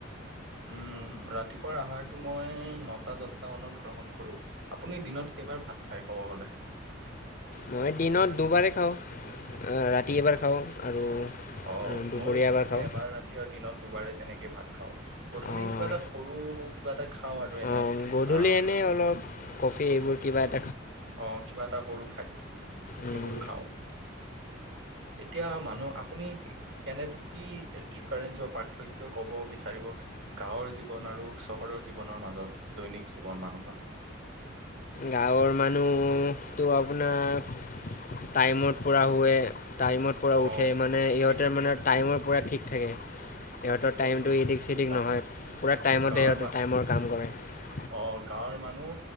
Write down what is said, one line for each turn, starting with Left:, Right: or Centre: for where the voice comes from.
Right: উম ৰাতিপুৱাৰ আহাৰতটো মই নটা দচটা মানত গ্ৰহণ কৰো আপুনি দিনত কেইবাৰ ভাত খাই কব গলে
Left: মই দিনত দুবাৰেই খাওঁ ৰাতি এবাৰ খাওঁ আৰু
Right: অ
Left: উম, দুপৰীয়া
Right: ময়ো তেনেকে
Left: খাওঁ
Right: এবাৰ ৰাতি আৰু দিনত দুবাৰে তেনেকেই ভাত খাওঁ গধূলি
Left: অঁ
Right: কিবা এটা সৰু কিবা এটা খাও আৰু এনে
Left: অঁ গধূলি
Right: আহ
Left: এনেই অলপ কফি এইবোৰ কিবা এ
Right: আহ কিবা এটা সৰু খাদ্য
Left: উম,
Right: এইবোৰ খাওঁ এতিয়া মানুহ আপুনি কেনে কি ডিফাৰেন্স বা পাৰ্থক্য কব বিচাৰিব <unintelligible> গাঁৱৰ জীৱন আৰু চহৰৰ জীৱনৰ মাজত দৈনিক জীৱন মানুহৰ
Left: গাঁৱৰ মানুহটো আপোনাৰ টাইমত পূৰা শুৱে টাইমৰ পৰা
Right: অ
Left: উঠে মানে সিহঁতে
Right: এইটোত
Left: মানে টাইমৰ পৰা ঠিক থাকে সিহঁতৰ
Right: এইটো
Left: টাইমটো
Right: আপুনি ঠিক
Left: এদিক
Right: কৈছে
Left: চিদিক
Right: গাঁও
Left: নহয় পূৰা টাইমতে
Right: গাঁৱৰ
Left: ইহঁতে
Right: ম
Left: টাইমৰ কাম কৰে <unintelligible>
Right: অ গাঁৱৰ মানুহ